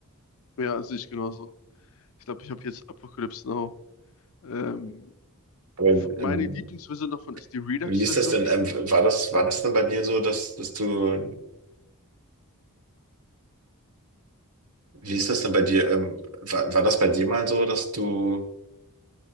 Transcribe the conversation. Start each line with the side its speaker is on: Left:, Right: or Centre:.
Left: ja, sehe ich genauso. Ich glaube, ich habe jetzt Apocalypse Now. Ähm,
Right: Aber ähm,
Left: f- meine Lieblingsversion davon ist die Redux-Version,
Right: wie ist das denn?
Left: die
Right: Ähm, war das, war das denn bei dir so, dass, dass du, wie ist das denn bei dir? Ähm, war, war das bei dir mal so, dass du